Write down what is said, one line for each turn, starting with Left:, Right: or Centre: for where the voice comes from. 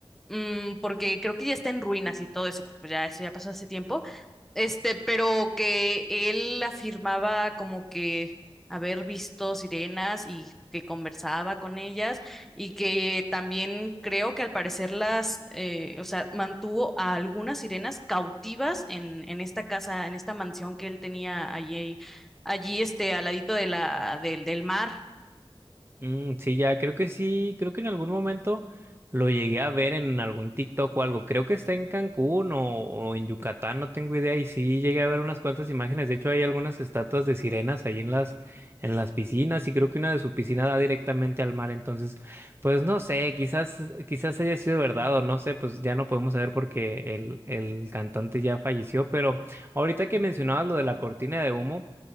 Centre: mm, porque creo que ya está en ruinas y todo eso, porque pues ya eso ya pasó hace tiempo este, pero que él afirmaba como que haber visto sirenas y que conversaba con ellas y que también creo que al parecer las, eh, o sea, mantuvo a algunas sirenas cautivas en, en esta casa, en esta mansión que él tenía allí, allí este, al ladito de la, del, del mar.
Right: Mm, sí, ya, creo que sí, creo que en algún momento lo llegué a ver en algún TikTok o algo. Creo que está en Cancún o, o en Yucatán, no tengo idea. Y sí, llegué a ver unas cuantas imágenes. De hecho, hay algunas estatuas de sirenas ahí en las, en las piscinas y creo que una de sus piscinas da directamente al mar. Entonces, pues no sé, quizás, quizás haya sido verdad o no sé, pues ya no podemos saber porque el, el cantante ya falleció. Pero ahorita que mencionabas lo de la cortina de humo.